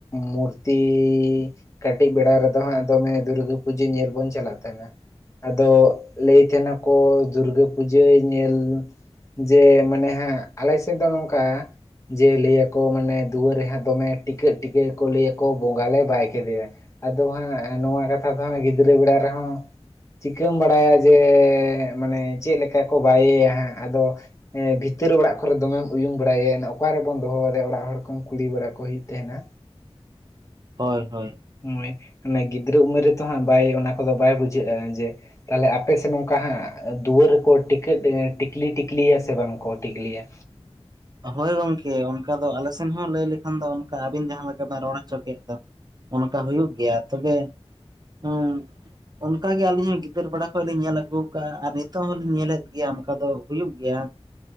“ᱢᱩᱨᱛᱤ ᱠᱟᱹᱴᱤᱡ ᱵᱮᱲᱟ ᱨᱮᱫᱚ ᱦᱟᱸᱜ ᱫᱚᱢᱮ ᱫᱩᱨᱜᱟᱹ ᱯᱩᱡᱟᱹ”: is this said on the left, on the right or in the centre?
Left